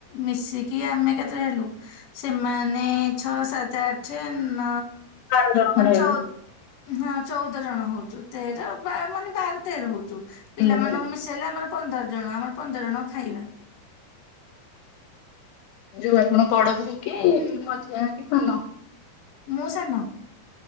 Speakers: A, on the left; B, on the left.
A: ମିଶିକି ଆମେ କେତେ ହେଲୁ ସେମାନେ ଛଅ, ସାତେ, ଆଠେ, ନ
B: ବାର ଜଣ
A: ମାନେ
B: ଖଣ୍ଡେ ହେବେ।
A: ଚଉ ହଁ ଚଉଦ ଜଣ ହଉଚୁ ତେର ବା ମାନେ ବାର, ତେର ହଉଚୁ ପିଲାମାନଙ୍କୁ
B: ହୁଁ
A: ମିଶ ମିଶେଇଲେ ଆମର ପନ୍ଦର ଜଣ ଆମର ପନ୍ଦର ଜଣଙ୍କ ଖାଇବା।
B: ଯୋଉ ଆପଣ ବଡ ବୋହୁ କି ମଝିଆ କି ସାନ?
A: ମୁଁ ସାନ।